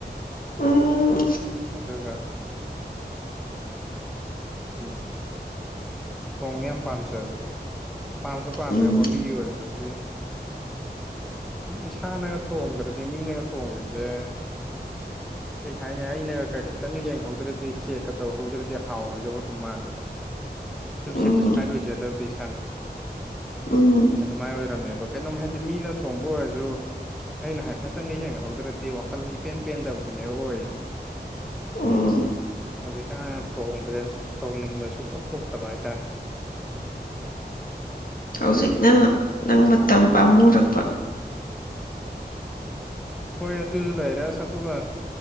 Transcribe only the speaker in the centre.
ꯑꯗꯨꯒ <unintelligible> ꯊꯣꯡꯕ ꯌꯥꯝ ꯄꯥꯝꯖꯕꯗꯣ ꯄꯥꯝꯖꯨ ꯄꯥꯝꯃꯦ
ꯍꯣꯕꯤ ꯑꯣꯏꯔꯒꯗꯤ ꯑꯗꯨꯝ ꯏꯁꯥꯅꯒ ꯊꯣꯡꯈ꯭ꯔꯗꯤ ꯃꯤꯅꯒ ꯊꯣꯡꯈꯤꯕꯁꯦ
ꯀꯩ ꯍꯥꯏꯅꯤ ꯑꯩꯅꯒ ꯈꯤꯇꯪꯒ ꯌꯦꯡꯍꯧꯗ꯭ꯔꯗꯤ ꯆꯦꯛꯀ ꯇꯧꯍꯧꯗ꯭ꯔꯗꯤ ꯍꯥꯎꯔꯣꯏꯗꯧꯕ ꯑꯗꯨꯝ ꯃꯥꯟꯕꯗꯣ ꯁꯨꯝ
ꯁꯦꯇꯤꯁꯐꯥꯏꯠ ꯑꯣꯏꯖꯗꯕꯗꯤ ꯏꯁꯥꯅ
ꯑꯗꯨꯃꯥꯏꯅ ꯑꯣꯏꯔꯝꯃꯦꯕ ꯀꯩꯅꯣꯝ ꯍꯥꯏꯗꯤ ꯃꯤꯅ ꯊꯣꯡꯕ ꯑꯣꯏꯔꯖꯨ ꯑꯩꯅ ꯍꯥꯏꯐꯦꯠꯇꯪꯒ ꯌꯦꯡꯍꯧꯗ꯭ꯔꯗꯤ ꯋꯥꯈꯜ ꯏꯄꯦꯟ ꯄꯦꯟꯗꯕꯗꯨꯅꯦꯕ ꯑꯣꯏꯔꯤꯖꯦ
ꯍꯧꯖꯤꯛꯀꯥꯟ ꯊꯣꯡꯕꯖꯦ ꯊꯣꯡꯅꯤꯡꯕ ꯁꯨꯡꯄꯣꯛ ꯄꯣꯛꯇꯕ ꯍꯥꯏꯇꯥꯔꯦ
ꯍꯣꯏ ꯑꯗꯨꯖꯨ ꯂꯩꯔꯦ ꯑꯥꯁ ꯑꯗꯨꯒ